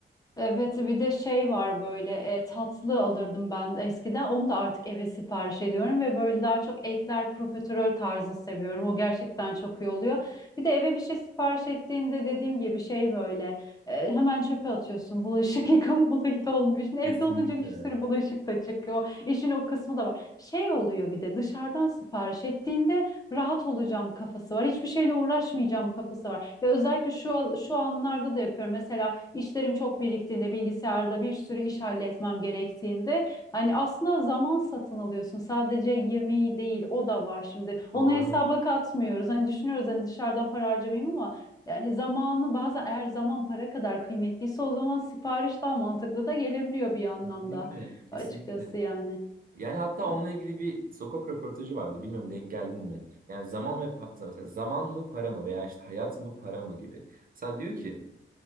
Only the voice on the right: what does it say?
Kesinlikle.
Doğru.
Kesinlikle, kesinlikle.
Yani hatta
onunla ilgili bir sokak röportajı vardı. Bilmiyorum denk geldin mi? Yani zaman ve pa- mesela zaman mı para mı veya işte hayat mı para mı gibi. Mesela diyor ki